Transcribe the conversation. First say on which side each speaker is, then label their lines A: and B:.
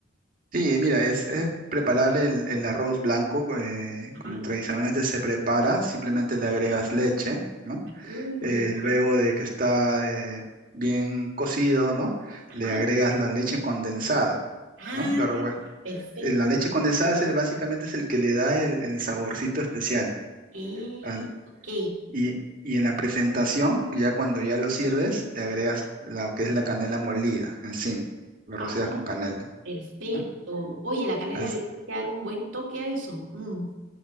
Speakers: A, on the right; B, on the right.
A: Sí, mira, es, es preparable el, el arroz blanco eh,
B: Ajá.
A: como tradicionalmente se prepara, simplemente le agregas leche, ¿no?
B: Mm,
A: Eh, luego de que está eh, bien cocido, ¿no?
B: ajá.
A: Le agregas la leche condensada,
B: Ah,
A: ¿no? La revuel-
B: Perfecto.
A: eh, La leche condensada es el- básicamente es el que le da el, el saborcito especial.
B: Eh,
A: al-
B: ok.
A: y, y en la presentación, ya cuando ya lo sirves, le agregas lo que es la canela molida encima, lo
B: Ah,
A: rocias con canela.
B: perfecto.
A: ¿no?
B: Oye, la canela
A: Así-
B: le tiene que dar un buen toque a eso. Mm.